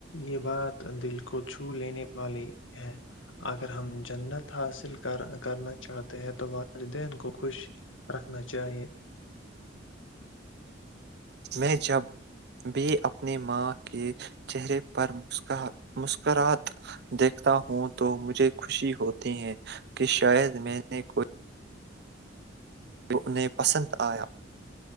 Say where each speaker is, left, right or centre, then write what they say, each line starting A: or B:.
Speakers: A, on the left; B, on the right.
A: یہ بات دل کو چھ چو لینے والی ہیں اگر ہم جنت حاصل کرنا چاہتے ہیں تو والدین کو خوش رکھنا چاہیے
B: میں جب بھی اپنی ماں کے چہرے پر مسکر مسکرات دیکھتا ہوں تو مجھے خوشی ہوتی ہے کہ شاید میں نے کوئی جو انہیں پسند آیا